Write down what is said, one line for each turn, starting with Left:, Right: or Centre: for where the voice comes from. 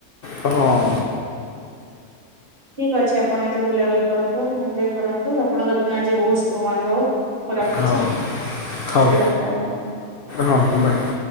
Left: ହଁ।
Right: ଠିକ୍ ଅଛି ଆପଣ ଆଜି ବୁଲାବୁଲି କରନ୍ତୁ ଏଞ୍ଜୟ୍ କରନ୍ତୁ ଆପଣଙ୍କ ଦିନ ଆଜି ବହୁତ ଶୁଭମୟ ହଉ। ହଉ ରଖୁଛି
Left: ହଁ
Right: ପଛରେ
Left: ହଉ
Right: କଥା ହେବା ପୁଣି।
Left: ହଁ ବାଏ।